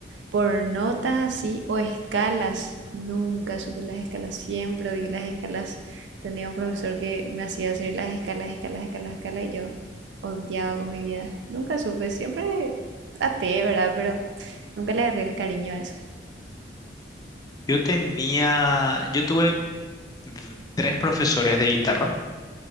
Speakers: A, on the right; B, on the left.
A: por notas así o escalas, nunca supe las escalas, siempre odié las escalas. Tenía un profesor que me hacía hacer las escalas, escalas, escalas, escalas, y yo odiaba con mi vida. Nunca supe, siempre a ¿verdad? Pero nunca le agarré el cariño a eso.
B: Yo tenía, yo tuve d- tres profesores de guitarra